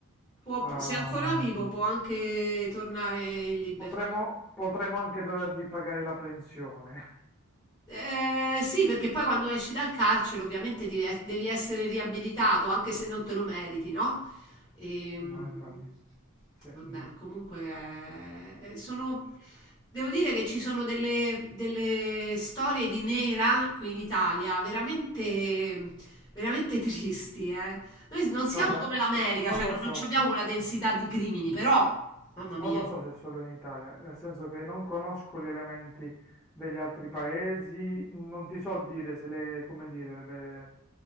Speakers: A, on the left (about 20°); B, in the centre.
A: Può-
B: ah,
A: se è ancora vivo può anche tornare in libertà.
B: potremmo potremmo anche dovergli pagare la pensione.
A: Eh, sì, perché poi quando esci dal carcere ovviamente devi, es- devi essere riabilitato, anche se non te lo meriti, no? Ehm,
B: <laughs> No, infatti. Sì,
A: vabbè, comunque eh, sono... Devo dire che ci sono delle, delle storie di nera qui in Italia, veramente, veramente tristi, eh. Noi non siamo
B: guarda,
A: come l'America,
B: n- non
A: cioè
B: lo
A: non, non
B: so,
A: abbiamo quella densità di crimini, però, mamma
B: non
A: mia.
B: lo so se è solo in Italia, nel senso che non conosco gli elementi degli altri paesi, non ti so dire se le, come dire, le,